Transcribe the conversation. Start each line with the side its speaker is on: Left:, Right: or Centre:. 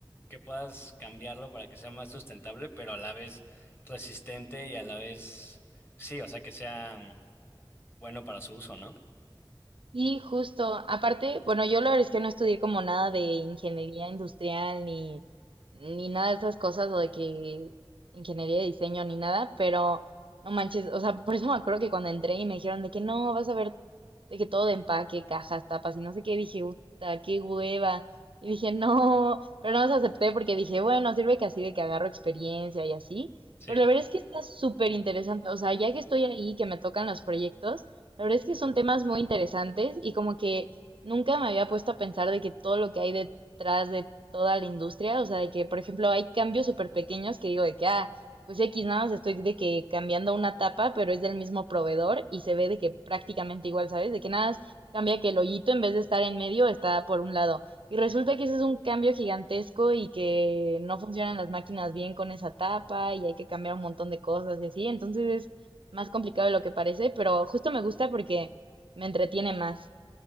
Left: que puedas cambiarlo para que sea más sustentable, pero a la vez resistente y a la vez, sí, o sea, que sea mm, bueno para su uso, ¿no?
Right: y justo. Aparte, bueno, yo la verdad es que no estudié como nada de ingeniería industrial ni, ni nada de esas cosas o de que ingeniería de diseño ni nada, pero no manches, o sea, <laughs> por eso me acuerdo que cuando entré y me dijeron de que no, vas a ver de que todo de empaque, cajas, tapas y no sé qué, dije, puta, qué hueva. Y dije, no, pero no los acepté porque dije, bueno, sirve que así de que agarro experiencia y así.
Left: Sí.
Right: Pero la verdad es que está súper interesante. O sea, ya que estoy ahí, que me tocan los proyectos, la verdad es que son temas muy interesantes y como que nunca me había puesto a pensar de que todo lo que hay detrás de toda la industria, o sea, de que, por ejemplo, hay cambios súper pequeños que digo de que, ah, pues X nada más estoy de que cambiando una tapa, pero es del mismo proveedor y se ve de que prácticamente igual, ¿sabes? De que nada más cambia que el hoyito en vez de estar en medio está por un lado. Y resulta que ese es un cambio gigantesco y que no funcionan las máquinas bien con esa tapa y hay que cambiar un montón de cosas y así. Entonces es más complicado de lo que parece, pero justo me gusta porque me entretiene más.